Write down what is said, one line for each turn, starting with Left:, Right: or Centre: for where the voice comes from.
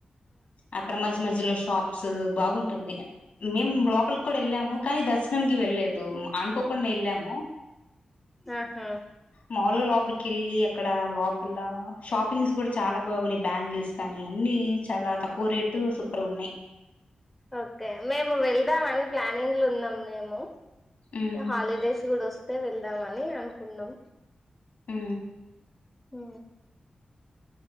Left: అక్కడ మజ మధ్య మధ్యలో షాప్స్ బాగుంటుంది మేము లోపలికి కూడా వెళ్ళాము కానీ దర్శ ర్శనంకి వెళ్ళలేదు అనుకోకుండా ఎళ్ళాము
Centre: ఆహా
Left: మామూలుగా లో పలి కేళ్ళి అక్కడ లో ల షాపింగ్స్ కూడా చాలా బాగున్నాయి బ్యాంగిల్స్ కానీ అన్ని చాలా తక్ క్కువ రేటు సూపర్ ఉన్నాయి
Centre: ఓకే మేము వెళ్దాం అని ప్లానింగ్లు ఉన్నాం మేము
Left: హ్మ్.
Centre: హాలిడేస్ కూడా వస్తు ే వెళ్దామని అనుకున్నాం
Left: అ
Centre: హ